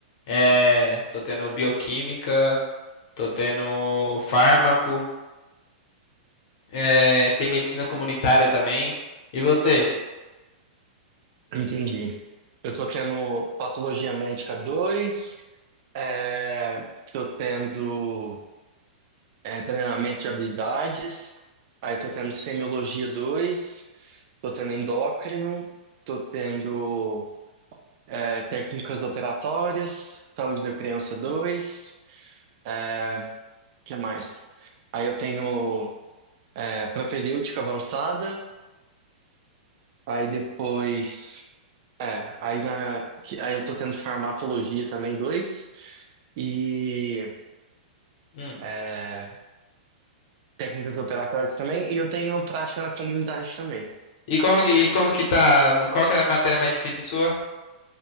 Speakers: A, on the left; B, on the right.
A: é, tô tendo bioquímica, tô tendo fármaco, é, tem medicina comunitária também. E você?
B: Entendi. Eu tô tendo patologia médica 2, é, tô tendo é, treinamento de habilidades, aí tô tendo semiologia 2, tô tendo endócrino, tô tendo é, técnicas operatórias, saúde da criança 2. é, que mais? Aí eu tenho é, propedêutica avançada, aí depois. É, aí, na, que- aí eu tô tendo farmacologia também, dois, e
A: Hum.
B: é, técnicas operatórias também, e eu tenho prática na comunidade também.
A: E como que, e como que tá? Qual que é a matéria mais difícil sua?